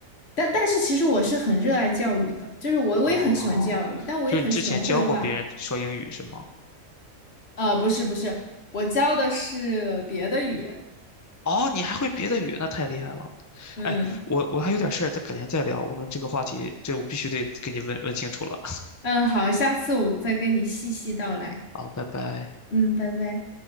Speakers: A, on the left; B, on the left.
A: 但但是其实我是很热爱教育的，就是我我也很喜欢教育，
B: 哦，
A: 但我也很喜欢绘画。
B: 就是你之前教过别人说英语是吗？
A: 呃，不是不是，我教的是别的语言。
B: 哦，你还会别的语，那太厉害了。
A: 嗯
B: 哎，我我还有点事儿，咱改天再聊。我们这个话题，这我必须得给你问问清楚了。
A: 嗯，好，下次我再跟你细细道来。
B: 好，拜拜。
A: 嗯，拜拜。